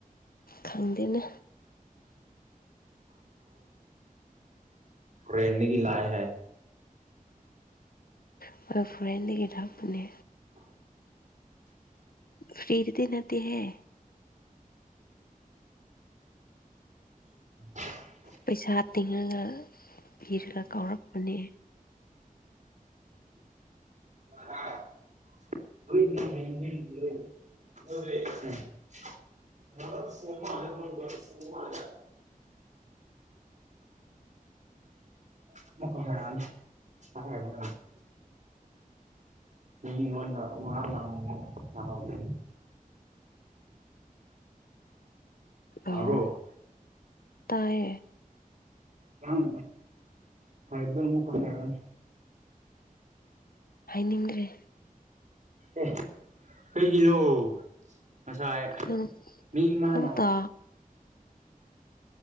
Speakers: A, on the left; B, on the right.
A: ꯈꯪꯗꯅ
B: ꯍꯣꯔꯦꯟꯗꯒꯤ ꯂꯛꯂꯦ ꯍꯨ
A: ꯑꯩꯈꯣꯏ ꯐꯣꯔꯦꯟꯗꯒꯤ ꯊꯥꯛꯄꯅꯦ
B: ꯑ
A: ꯐ꯭ꯔꯤꯗꯗꯤ ꯅꯠꯇꯍ
B: <unintelligible>
A: ꯄꯩꯁꯥ ꯇꯤꯡꯉꯒ ꯄꯤꯔꯒ ꯀꯥꯎꯔꯛꯄꯅꯦ
B: ꯗ <unintelligible> ꯐꯣ ꯐꯣ <unintelligible> <unintelligible> <unintelligible> ꯇꯥꯕꯔꯣ
A: ꯑꯣ ꯇꯥꯏꯌꯦ
B: ꯅꯪ ꯍꯥꯏꯕꯗꯥ ꯑꯃꯨꯛ ꯀꯔꯤ ꯍꯥꯏꯔꯛꯑꯅꯤ
A: ꯍꯥꯏꯅꯤꯡꯗ꯭ꯔꯦ
B: ꯑꯦ ꯀꯩꯒꯤꯅꯣ ꯉꯁꯥꯏ
A: ꯅꯪ
B: ꯃꯤꯃꯥꯅ
A: ꯅꯪ ꯇꯥ